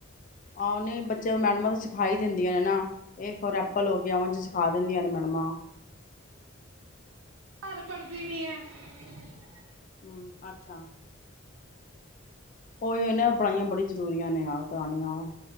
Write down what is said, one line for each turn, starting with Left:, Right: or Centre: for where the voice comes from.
Left: ਆਹ ਨਹੀਂ ਬੱਚੇ ਮੈਡਮਾਂ ਤਾਂ ਸਿਖਾਈ ਦਿੰਦੀਆਂ ਨੇ ਨਾ ਏ ਫਾਰ ਐਪਲ ਹੋ ਵਿਆਹਣ ਚ ਸਿਖਾ ਦਿੰਦੀਆਂ ਨੇ ਮੈਡਮਾਂ
Right: ਘਰ ਪੜ੍ਹਦੀ ਨੀ ਹੈ। <unintelligible>
Left: ਹੂੰ, ਅੱਛਾ ਉਹੀ ਨਾ ਪਾਈਆਂ ਬੜੀ ਜ਼ਰੂਰੀਆਂ ਨੇ, ਕਰਾਣੀਆਂ